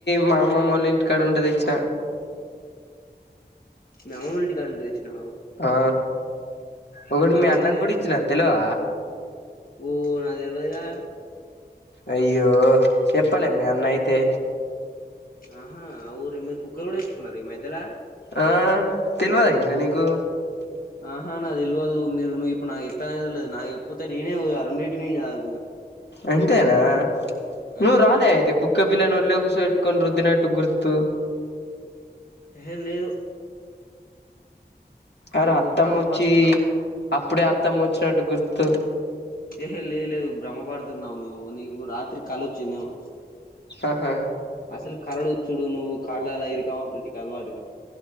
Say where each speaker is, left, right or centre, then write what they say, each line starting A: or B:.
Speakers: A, on the left; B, on the left.
A: మా అమ్మమ్మళ్ళ ఇంటికాడ ఉంటది ఇచ్చిన
B: మీ అమ్మమ్మ ఇంటి కాడ నుంచి తెచ్చినావు
A: ఆ ఒకటి
B: అమ్ముతాన్నావా
A: మీ అన్నకు
B: మరి
A: కూడా ఇచ్చిన తెలోఆ
B: ఊ నాది తెలువదిగా
A: అయ్యో చెప్పాల మీ అన్న అయితే
B: ఆహా అవురు ని మీ కుక్కర్ కూడా ఇర్కునార ఈ మధ్యలో
A: ఆ తెలివదా ఇంకా నీకు
B: ఆహా నాది తెల్వదు మీరు నువ్వు ఇప్పుడుకుప్పే కదలేదు నాకు ఎప్పపోతే నేనే అ రెండింటినిదు
A: అంతేనా
B: ఆ
A: నుూ రాలే అయితే కుక్ కుక్క పిల్ల న ఒల్గుస ఇట్కొ రుద్దినాటుకు గుర్తు
B: ఎ లేదు
A: అరే
B: నువ్వు
A: అత్తమ్మ
B: భ్రమపడుతున్నావు
A: వొచ్చి అప్పుడే అత్తమ్మ వచ్చినట్టు గుర్తు
B: ఏహే లే లేదు భ్రమ పడుతున్నావు నువ్వు నీకు రాత్రి కళ్ళ వచ్చిందేమో
A: ఆహా
B: అసలు కరడు చుడు నువ్వు కళ్ళాల ఇరి కావదు రెటికి అల్వాటుగా